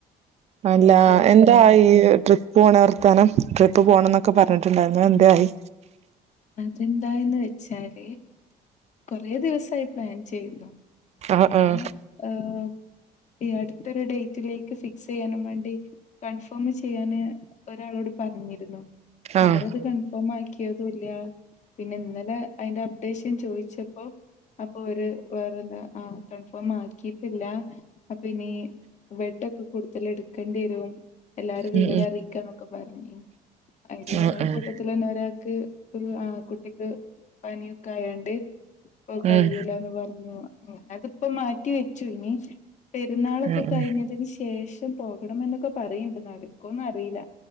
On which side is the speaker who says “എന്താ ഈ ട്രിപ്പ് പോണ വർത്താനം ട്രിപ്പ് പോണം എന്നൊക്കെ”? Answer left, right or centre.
Right